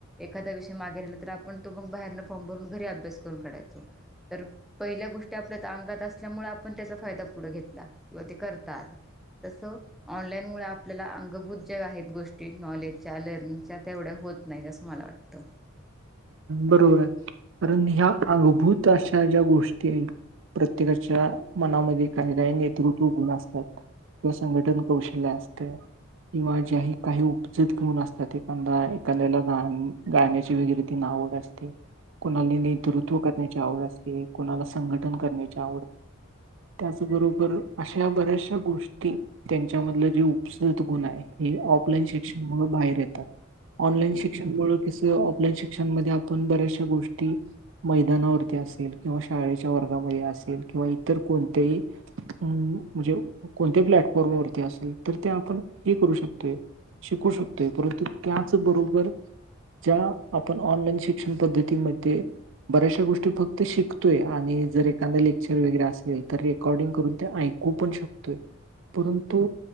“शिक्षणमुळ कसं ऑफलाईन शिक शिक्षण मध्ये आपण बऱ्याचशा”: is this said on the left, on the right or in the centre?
Right